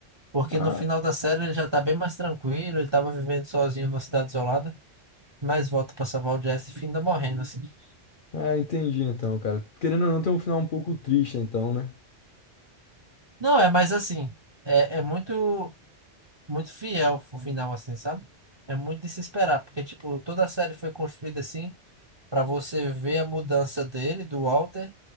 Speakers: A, on the right; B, on the left.
A: Porque
B: Ah.
A: no final da série ele já tá bem mais tranquilo, ele tava vivendo sozinho numa cidade isolada, mas volta pra salvar o Jesse e finda morrendo, assim.
B: Ah, entendi então, cara. Querendo ou não, tem um final um pouco triste então, né?
A: Não, é, mas assim, é, é muito, muito fiel o final, assim, sabe? É muito de se esperar, porque, tipo, toda a série foi construída assim, pra você ver a mudança dele, do Walter,